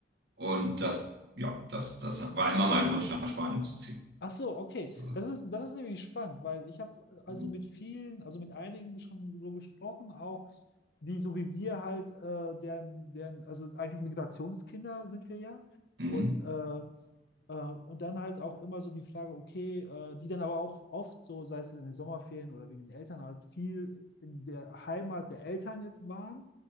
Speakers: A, on the right; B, on the left.
A: Und das, ja, das, das war immer mein Wunsch, nach Spanien zu ziehen.
B: Ach so, okay.
A: Das ist, also,
B: Das ist, das ist nämlich spannend, weil ich habe also
A: mh,
B: mit vielen, also mit einigen schon so gesprochen, auch die so wie wir halt, äh, deren, deren, also eigentlich Migrationskinder sind wir ja.
A: mh,
B: Und, äh, äh, und dann halt auch immer so die Frage, okay, äh, die dann aber auch oft so, sei es in den Sommerferien oder wegen den Eltern, halt viel in der Heimat der Eltern jetzt waren.